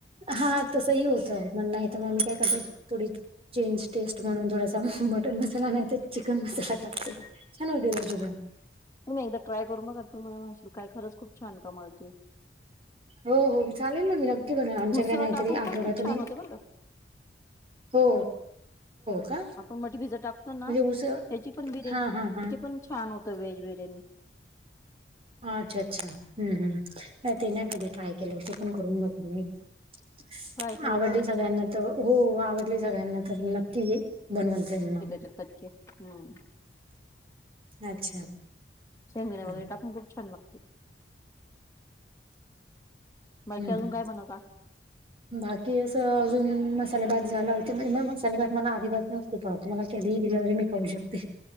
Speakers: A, on the right (about 30°); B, on the left (about 15°).
A: हा तसंही होतय म्हण नाही तर मग आम्ही काय करत थोडी चेंज टेस्ट म्हणून थोडासा मटन मसाला नाही तर चिकन मसाला टाकते छान होतय ब जेवण
B: तुम्ही एकदा ट्राय करू बघाना मग आ तुम्ही मला म्हणशीला काय खरंच खूप छान कामाची
A: हो हो मी चालेल ना मी नक्की बनवेल आमच्याकडे
B: उसळ
A: नाहीतरी
B: टाकून
A: आठवड्यातूनी
B: पण खूप छान होते बरं का
A: हो.. का
B: आपण मठी भिजत टाकतो ना
A: म्हणजे
B: त्याची
A: उसळ
B: पण बिर्याणी
A: हां हां
B: त्याची
A: हां
B: पण छान होत वेज बिर्याणी
A: हा अच्छा अच्छा हम् हम् नाही ते नाही कधी ट्राय केलं ते पण करून बघेन मी ह.
B: ट्राय करून
A: आवडली
B: बघा
A: सगळ्यांना
B: तुम्ही
A: तर हो आवडली सगळ्यांना तर नक्की बनवेन त्याना
B: चपाती घे हम्म
A: अच्छा
B: शेंगदाणे
A: हं
B: वगैरे टाकून खूप छान लागते बाकी
A: हम्म.
B: अजून काय बनवता
A: बाकी असं अजून मसाले भात झाला होते म्हणजे मग मसाले भात मला आधी पासन खूप आवडतो मला कधी दिला तरी खाऊ शकते